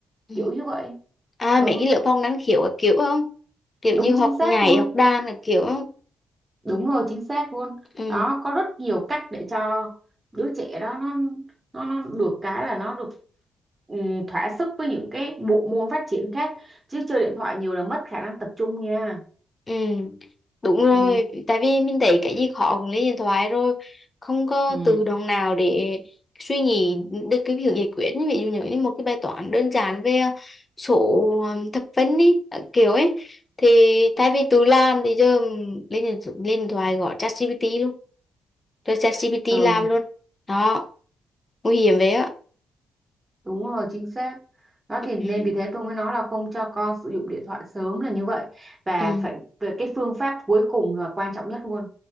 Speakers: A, on the left; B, on the right.
A: ừ.
B: kiểu như vậy.
A: à
B: Ừ,
A: mấy cái lớp học năng khiếu các kiểu không kiểu
B: đúng
A: như học
B: chính xác
A: nhảy
B: luôn.
A: học đàn các kiểu không
B: Đúng rồi, chính xác luôn.
A: ừ
B: Đó, có rất nhiều cách để cho đứa trẻ đó nó nó nó được cái là nó được ừm, thỏa sức với những cái bộ môn phát triển khác chứ chơi điện thoại nhiều là mất khả năng tập trung nha.
A: Ừ, đúng rồi,
B: Ừ.
A: tại vì mình thấy cái gì khó cũng lên điện thoại rồi, không có
B: Ừ.
A: tự động nào để suy nghĩ được cái việc giải quyết. Ví dụ như một cái bài toán đơn giản về số um, thập phân đi, ờ, kiểu ấy, thì thay vì tự làm thì giờ lên điện- lên điện thoại gọi ChatGPT luôn, cho ChatGPT
B: Ừ.
A: làm luôn. Đó, nguy hiểm vậy á.
B: Đúng rồi, chính xác. Đó thì
A: Ừ,
B: nên vì thế tôi mới nói là không cho con sử dụng điện thoại sớm là như vậy. Và
A: ừ,
B: phải về cái phương pháp cuối cùng và quan trọng nhất luôn,